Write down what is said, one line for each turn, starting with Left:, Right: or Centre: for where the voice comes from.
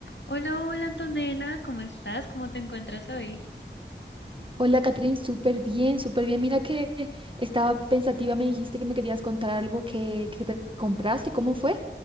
Left: Hola, hola Antonella, ¿cómo estás? ¿Cómo te encuentras hoy?
Right: Hola, Catherine, súper bien, súper bien. Mira que estaba pensativa, me dijiste que me querías contar algo que, que te compraste. ¿Cómo fue?